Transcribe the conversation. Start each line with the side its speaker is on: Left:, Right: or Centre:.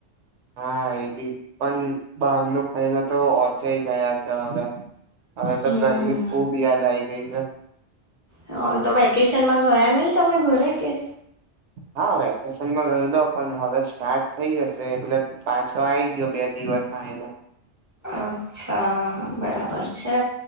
Right: હા, એ બી. પણ બહારનું ખાઈને તો ઓચા ગયા છે હવે. હવે, તો
Left: હમ
Right: ધર ની ખુબ યાદ આવી ગઈ છે.
Left: હા, તો વેકેશનમાં ગયા નહીં તમે ઘરે કે?
Right: હા, વેકેશનમાં ગયલો, પણ હવે સ્ટાર્ટ થઈ જશે, એટલે પાછો આવી ગયો બે. દિવસ એલા
Left: અચ્છા, બરાબર. પર છે,